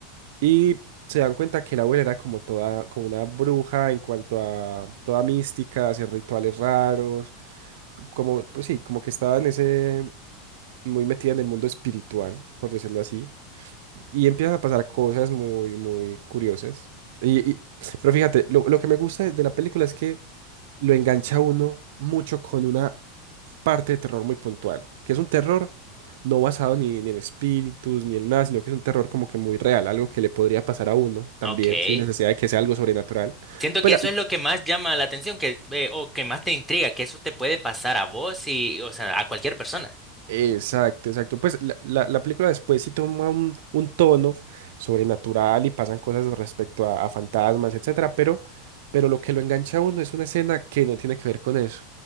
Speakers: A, on the right; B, in the centre.
A: Y se dan cuenta que la abuela era como toda, como una bruja en cuanto a toda mística, hacer rituales raros, como, pues sí, como que estaba en ese, muy metida en el mundo espiritual, por decirlo así. Y empiezan a pasar cosas muy, muy curiosas. Y, y- pero fíjate, lo, lo que me gusta de de la película es que lo engancha a uno mucho con una parte de terror muy puntual, que es un terror no basado ni, ni en espíritus ni en nada, sino que es un terror como que muy real, algo que le podría pasar a uno también,
B: ok.
A: sin necesidad de que sea algo sobrenatural.
B: Siento
A: Pues
B: que
A: la-
B: eso es lo que más llama la atención, que eh, o que más te intriga, que eso te puede pasar a vos y, o sea, a cualquier persona.
A: exacto, exacto. Pues la, la- la película después sí toma un, un tono sobrenatural y pasan cosas respecto a, a fantasmas, etcétera, pero, pero lo que lo engancha a uno es una escena que no tiene que ver con eso.